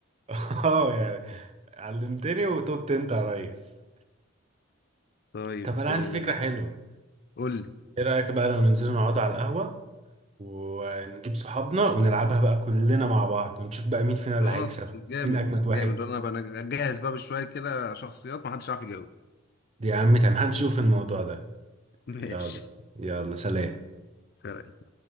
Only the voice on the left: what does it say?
طيب
آه،
قول لي
خلاص
جامد
جامد انا بقى جاهز بقى بشويه كده شخصيات ما حدش عارف يجاوب
<laughs> ماشي
سلام